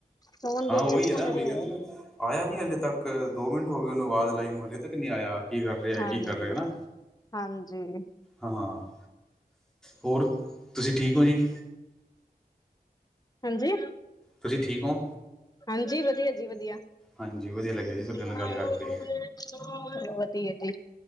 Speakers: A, on the left; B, in the centre.
A: ਫੋਨ ਦੇ
B: ਉਹੀ
A: ਵਿੱਚ
B: ਹੈ ਨਾ
A: ਵੜੇ
B: ਵੀ ਕਹਿੰਦੇ
A: ਆ।
B: ਨਾ ਆਇਆ ਨਹੀਂ ਹਾਲੇ ਤੱਕ, ਦੋ ਮਿੰਟ ਹੋ ਗਏ ਉਹਨੂੰ ਆਵਾਜ਼ ਲਾਈ ਨੁੰ, ਹਲੇੇ ਤੱਕ ਨਹੀਂ ਆਇਆ। ਕੀ ਕਰ ਰਿਹਾ-ਕੀ
A: ਹਾਂਜੀ।
B: ਕਰ ਰਿਹਾ ਹਨਾ?
A: ਹਾਂਜੀ।
B: ਹਾਂ-ਹਾ ਹੋਰ ਤੁਸੀਂ ਠੀਕ, ਹੋ ਜੀ?
A: ਹਾਂਜੀ?
B: ਤੁਸੀਂ ਠੀਕ ਹੋ?
A: ਹਾਂਜੀ ਵਧੀਆ ਜੀ ਵਧੀਆ।
B: ਹਾਂਜੀ ਵਧੀਆ ਲੱਗਿਆ ਜੀ ਤੁਹਾਡੇ ਨਾਲ
A: ਚਲੋ
B: ਗੱਲ ਕਰਕੇ
A: ਵਧੀਆ ਜੀ।